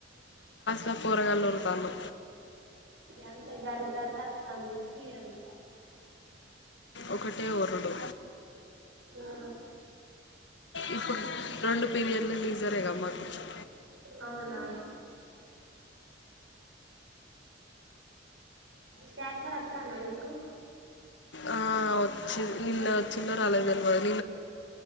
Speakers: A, on the left; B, on the right.
A: గ పోరగల్లఒరుతల్లు
B: ఎంత గర్ గరతంది చి అంత
A: ఒకటే ఒరుడు
B: ఆ
A: ఇప్పుడు రెండు పీరియడ్లు లెజర్ మకుచ్చం
B: అవునా స్టాచర్ వద్దానా మీకు
A: ఆ వచ్చి నిన్న వ చిన్న రాలే తెలివదు